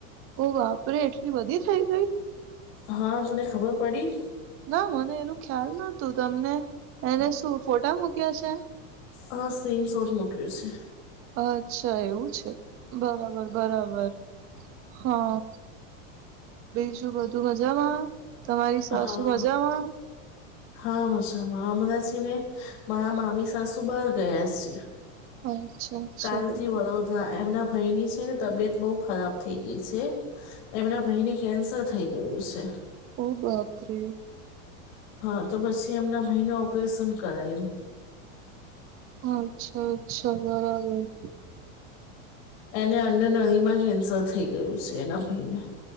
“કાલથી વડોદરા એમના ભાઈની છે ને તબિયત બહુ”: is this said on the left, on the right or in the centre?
Left